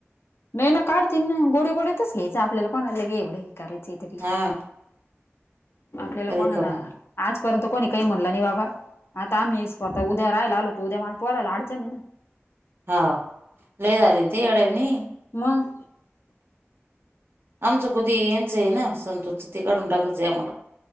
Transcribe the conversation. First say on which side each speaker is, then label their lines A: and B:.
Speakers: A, on the left; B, on the right.
A: नाही ना काढतील ना गोडे गोडे तरच घ्यायच. आपल्याला कोणाला के एवढं हे करायचे तरी
B: हा
A: आपल्याला कोणा
B: रिकाम
A: ना आजपर्यंत कोणी काही म्हणलं नाही बाबा आता आम्ही स्वतः उद्या राहायला आलो उद्या, मला पोरायला अडचणी ना.
B: हा ल झाले ते एडानी
A: मगं
B: आमचं कुधी येयचंय ना संतोच ते काढून टाकायचंय आम्हाला.